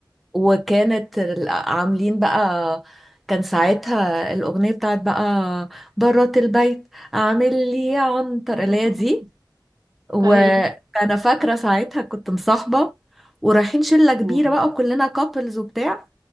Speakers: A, in the centre; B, on the right (about 55°).
A: وكانت ال- عاملين بقى كان ساعتها الأغنية بتاعت بقى برات البيت عامل لي عنتر
B: <laughs>
A: اللي هي دي وأنا
B: اي
A: فاكرة ساعتها كنت مصاحبة ورايحين شلة كبيرة
B: مم.
A: بقى وكلنا كابلز وبتاع